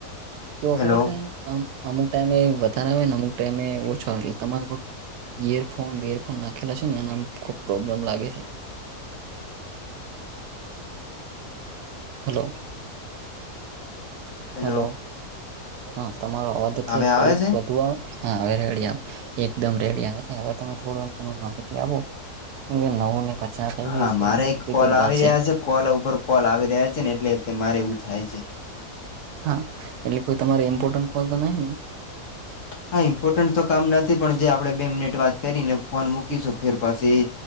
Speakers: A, on the right (about 80°); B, on the left (about 55°).
A: તો
B: હેલો
A: ખબર ત્યાં. આમ અમુક ટાઈમે વધારે આવેને, અમુક ટાઈમે ઓછો, એટલે તમારો ઇયરફોન વિયરફોન નાખેલા છે ને, એના ખૂબ પ્રોબ્લેમ લાગે છે. હલો.
B: હેલો
A: હલો, હા, તમારો અવાજ એટલે
B: હવે
A: ઘડીક.
B: આવે છે
A: તું આવ હા હવે રેડી આવે, એકદમ રેડી આવે છે, હવે તમે થોડું આમ માહિતી આપો. એ નવું ને પચાસ થઈ
B: હા
A: ગઈ છે
B: મારે
A: એટલે થોડીક
B: એક કોલ
A: જ
B: આવી
A: વાર છે.
B: રહ્યા કોલ ઉપર કોલ આવી રહ્યા છે ને એટલે તે મારે એવું થાય છે.
A: હા એટલે કોઈ તમારે ઇમ્પોર્ટન્ટ કોલ તો નઈ ને?
B: હા ઈમ્પોર્ટન્ટ તો કામ નથી પણ જે આપણેે બે મિનિટ વાત કરીને ફોન મૂકીશું ફેર પછી